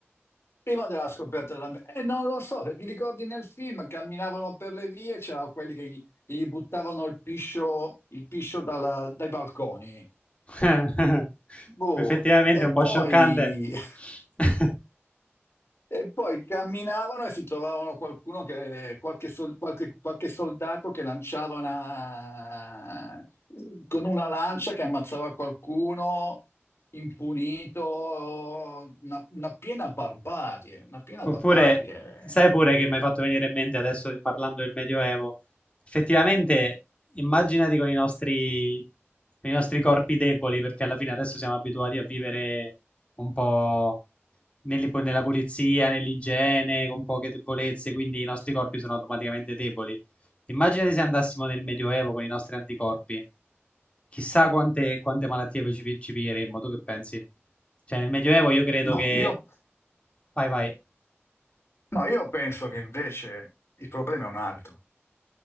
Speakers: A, on the left; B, on the left.
A: Prima della scoperta dell'America, eh, non lo so, se ti ricordi nel film, camminavano per le vie, c'erano quelli che gli, gli buttavano il piscio, il piscio dalla- dai balconi.
B: <laughs>
A: Boh,
B: Effettivamente
A: e
B: è un
A: poi,
B: po' scioccante. <laughs>
A: <laughs> e poi camminavano e si trovavano qualcuno che, qualche, sol- qualche- qualche soldato che lanciava una, con una lancia che ammazzava qualcuno impunito, una, una piena barbarie, una piena
B: Oppure,
A: barbarie.
B: sai pure che mi hai fatto venire in mente adesso parlando del Medioevo. Effettivamente, immaginati con i nostri, con i nostri corpi deboli, perché alla fine adesso siamo abituati a vivere un po' nell'i- nella pulizia, nell'igiene, con poche debolezze, quindi i nostri corpi sono automaticamente deboli. Immaginati se andassimo nel Medioevo con i nostri anticorpi. Chissà quante, quante malattie poi ci, ci piglieremmo, tu che pensi? Cioè, nel Medioevo io credo
A: No,
B: che...
A: io,
B: Vai, vai,
A: no, io penso che invece il problema è un altro.